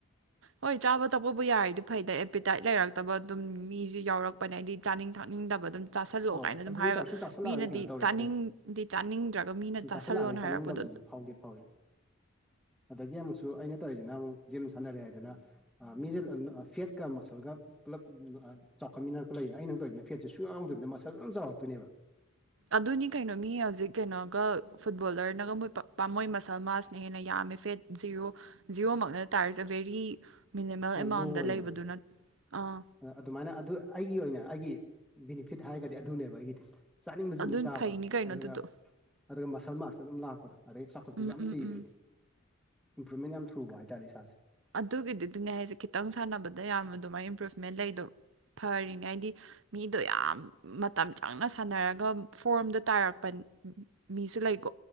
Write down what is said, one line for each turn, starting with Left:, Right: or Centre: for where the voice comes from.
Right: ꯍꯣꯏ ꯆꯥꯕ ꯊꯛꯄꯕꯨ ꯌꯥꯔꯤꯗ‌ꯣ ꯐꯩꯗ ꯑꯦꯄꯤꯇꯥꯏꯠ ꯂꯩꯔꯛ ꯇꯕ ꯑꯗꯨꯝ ꯃꯤꯖꯨ ꯌꯥꯎꯔꯛꯄꯅꯦ ꯑꯩꯗꯤ ꯆꯥꯅꯤꯡ ꯊꯛꯅꯤꯡꯗꯕ ꯗꯨꯝ ꯆꯥꯁꯜꯂꯣ
Centre: ꯑꯧ
Right: ꯀꯥꯏꯅ ꯑꯗꯨꯝ
Centre: ꯑꯗꯨꯗꯤ
Right: ꯍꯥꯏꯔꯒ
Centre: ꯇꯧꯔꯦ ꯁꯨꯝ ꯆꯥꯁꯤꯜꯂꯛꯑꯒꯗꯤ
Right: ꯃꯤꯅꯗꯤ
Centre: ꯀꯩꯅꯣ ꯇꯧꯔꯦ
Right: ꯆꯥꯅꯤꯡꯗꯤ
Centre: ꯑꯗꯒꯤ
Right: ꯆꯥꯅꯤꯡꯗ꯭ꯔꯒ ꯃꯤꯅ
Centre: ꯁꯨꯝ
Right: ꯆꯥꯁꯜꯂꯣꯅ
Centre: ꯆꯥꯁꯤꯜꯂꯛꯑꯒꯗꯤ ꯆꯥꯅꯤꯡꯗꯕꯗꯨꯁꯨ
Right: ꯍꯥꯏꯔꯛꯄꯗꯣ
Centre: ꯐꯥꯎꯗꯤ ꯐꯥꯎꯋ‌ꯦ ꯑꯗꯒꯤ ꯑꯃꯨꯛꯁꯨ ꯑꯩꯅ ꯇ‌ꯧꯏꯖꯤꯅ ꯑꯃꯨꯛ ꯖꯤꯝ ꯁꯥꯅꯔꯦ ꯍꯥꯏꯗꯅ ꯑꯥ ꯃꯤꯖ‌ꯦ <unintelligible> ꯐꯦꯠ ꯀ ꯃꯁꯜ ꯒ ꯄꯨꯂꯞ ꯎꯝ ꯎꯝ ꯑꯥ ꯆꯥꯎꯈꯠ ꯃꯤꯅꯔꯛꯄ ꯂꯩ ꯑꯩ ꯅꯪ ꯇꯧꯏꯖꯤꯅ ꯐꯦꯠꯁꯦ ꯁꯨꯛꯌꯥꯥꯎ ꯌꯥꯎꯗꯕꯤꯗ ꯃꯁꯜꯗ ꯑꯗꯨꯝ ꯆꯥꯎꯔꯛꯇꯣꯏꯅꯦꯕ
Right: ꯑꯗꯨꯅꯤ ꯀꯩꯅꯣ ꯃꯤ ꯍꯧꯖꯤꯛ ꯀꯩꯅꯣꯒ ꯐꯨꯠꯕꯣꯂꯔꯅꯒ ꯃꯣꯏ ꯄꯥꯞ ꯄꯥꯝ ꯃꯣꯏ ꯃꯁꯜ ꯃꯥꯥꯁꯅ ꯍꯦꯟꯅ ꯌꯥꯝꯃꯦ ꯐꯦꯠ ꯖꯤꯌ‌ꯣ ꯖꯤꯌ‌ꯣ ꯃꯛ ꯅꯠꯇꯔꯖꯨ ꯕꯦꯔꯤ ꯃꯤꯅꯤꯃꯜ ꯑꯦꯃꯥꯎꯟꯗ
Centre: ꯂꯣ ꯑꯣꯏꯕꯗꯣ
Right: ꯂꯩꯕꯗꯨ ꯅꯠ ꯑꯥ
Centre: ꯑꯗꯨꯃꯥꯏꯅ ꯑꯗꯨ ꯑꯩꯒꯤ ꯑꯣꯏꯅ ꯑꯩꯒꯤ ꯕꯤꯅꯤꯐꯤꯠ ꯍꯥꯏꯔꯒꯗꯤ ꯑꯗꯨꯅꯦꯕ ꯑꯩꯒꯤꯗꯤ ꯆꯥꯅꯤꯡꯕꯁꯨ
Right: ꯑꯗꯨ
Centre: ꯑꯗꯨꯝ ꯆꯥꯕ
Right: ꯐꯩꯅꯤ ꯀꯩꯅꯣ
Centre: ꯑꯗꯨꯒ
Right: ꯑꯗꯨꯗꯣ
Centre: ꯑꯗꯨꯒ ꯃꯁꯜ ꯃꯥꯁꯇ ꯑꯗꯨꯝ ꯂꯥꯛꯄꯗꯣ ꯑꯗꯩ ꯆꯥꯎꯈꯠꯄꯁꯨ
Right: ꯎꯝ
Centre: ꯌꯥꯝ
Right: ꯎꯝ
Centre: ꯊꯨꯏꯕ
Right: ꯎꯝ
Centre: ꯑꯩꯗꯤ ꯏꯝꯄ꯭ꯔꯨꯚꯃꯦꯟ ꯌꯥꯝ ꯊꯨꯕ ꯍꯥꯏꯇꯥꯔꯦ ꯏꯁꯥꯁꯦ
Right: ꯑꯗꯨꯒꯤꯗꯨꯗꯤꯅꯦ ꯍꯥꯏꯁꯦ ꯈꯤꯇꯪ ꯁꯥꯟꯅꯕꯗ ꯌꯥꯝꯅ ꯑꯗꯨꯃꯥꯏꯅ ꯏꯝꯄ꯭ꯔꯨꯚꯃꯦꯟ ꯂꯩꯗꯣ ꯐꯔꯤꯅꯦ ꯍꯥꯏꯗꯤ ꯃꯤꯗꯣ ꯌꯥꯝ ꯃꯇꯝ ꯆꯪꯅ ꯁꯥꯟꯅꯔꯒ ꯐꯣꯔꯝꯗꯣ ꯇꯥꯔꯛꯄ ꯃꯤꯁꯨ ꯂꯩꯀꯣ